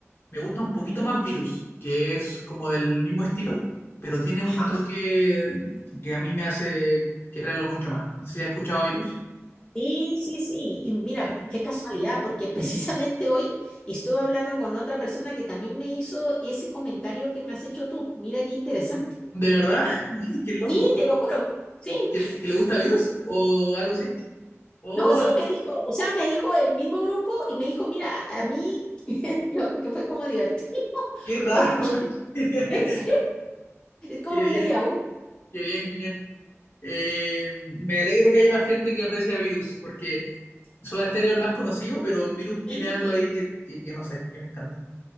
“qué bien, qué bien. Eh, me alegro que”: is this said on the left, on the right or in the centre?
Left